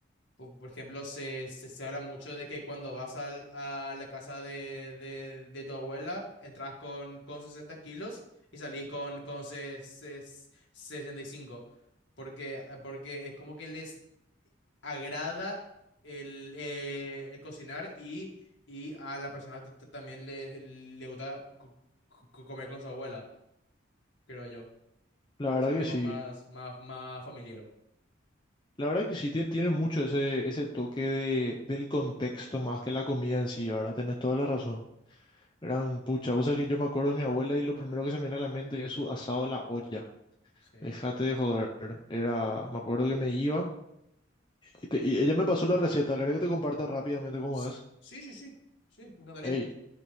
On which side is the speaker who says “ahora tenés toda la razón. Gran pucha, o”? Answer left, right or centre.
Left